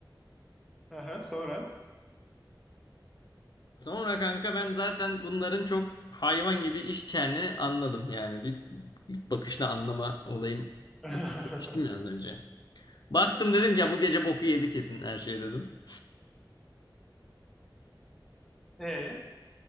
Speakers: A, in the centre; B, on the left.
A: Aha, sonra.
B: Sonra kanka ben zaten bunların çok hayvan gibi iş çeni anladım yani. Bir, bir bakışla anlama olayım
A: <laughs>
B: demiştim ya az önce. Baktım dedim ki ya bu gece boku yedi kesin her şey dedim.
A: E.